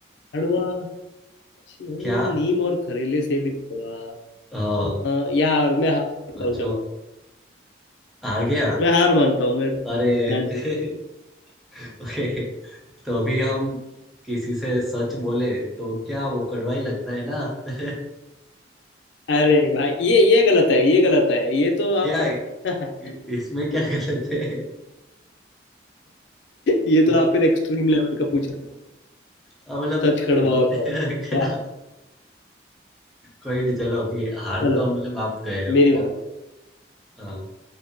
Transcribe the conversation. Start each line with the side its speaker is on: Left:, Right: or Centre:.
Left: कड़वा श- नीम
Centre: क्या
Left: और करेले से भी कड़वा
Centre: आ,
Left: अ, यार मैं हार
Centre: सोचो
Left: मानता हूँ चलो
Centre: आ गया
Left: मैं हार मानता हूँ मेरे को
Centre: अरे
Left: हाँ जी
Centre: <laughs> ओके तो अभी हम किसी से सच बोले तो क्या वो कड़वा ही लगता है ना <laughs>
Left: अरे भाई ये ये गलत है ये गलत है ये तो आप
Centre: क्या है?
Left: <laughs>
Centre: इ- इसमें क्या गलत है
Left: ये
Centre: मतलब
Left: तो आप फिर एक्सट्रीम लेवल का पूछ रहे हो
Centre: अ, मतलब
Left: सच कड़वा
Centre: अभी
Left: होता
Centre: <laughs>
Left: है
Centre: क्या
Left: वाह
Centre: कोई नहीं चलो अभी हार
Left: चलो
Centre: तो मतलब आप गए हो
Left: मेरी
Centre: है
Left: बारी
Centre: ना हाँ